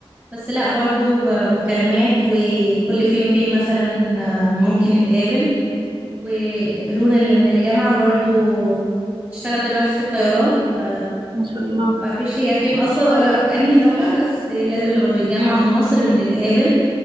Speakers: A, on the right; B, on the right.
A: بس لا برضو ب- مكالمات وكل فين وفين مثلا آه، ممكن نتقابل ورونا اللي من الجامعة برضو بتشتغل دلوقتي في الطيران ف
B: ما شاء الله.
A: متعرفيش هي فين أصلا ولا في أنهي دولة بس لازم لما بنتجمع في مصر بنتقابل